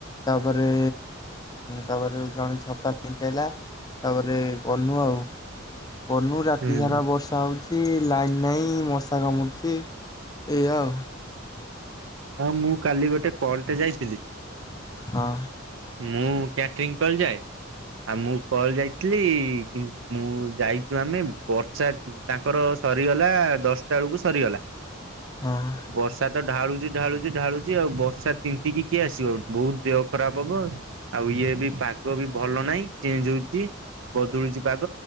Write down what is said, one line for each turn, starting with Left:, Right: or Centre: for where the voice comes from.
Left: ତାପରେ -ତାପରେ ଜଣେ ଛତା ନେଇକି ଆଇଲା। ତାପରେ ଗନୁ ଆଉ ଗନୁ ରାତି
Right: ହୁଁ
Left: ସାରା ବର୍ଷ ହେଉଛି ଲାଇନ୍ ନାହିଁ ମଶା କାମୁଡିଛି ଏଇଆ ଆଉ।
Right: ନା ମୁଁ କାଲି ଗୋଟେ କଲଟେ ଯାଇଥିଲି।
Left: ହଁ।
Right: ମୁଁ ବ୍ୟାଟ୍ରର୍ଙ୍ଗି କରିଯାଏ। ଆଉ ମୁଁ କଲ ଯାଇଥିଲି ମୁଁ ଯାଇଛି ମାନେ ବର୍ଷା ତାଙ୍କର ସରିଗଲା ଦଶଟା ବେଳକୁ ସରିଗଲା।
Left: ହଁ।
Right: ବର୍ଷା ତ ଢାଳୁଛି ଢାଳୁଛି ଢାଳୁଛି ଆଉ ବର୍ଷା ତିନ୍ତିକି କିଏ ଆସିବ ବହୁତ ଦେହ ଖରାପ ହେବ। ଆଉ ଇଏ ବି ପାକ ପାଗ ବି ଭଲ ନାହିଁ ଚେଞ୍ଜ ହଉଛି ବଦଳୁଛି ପାଗ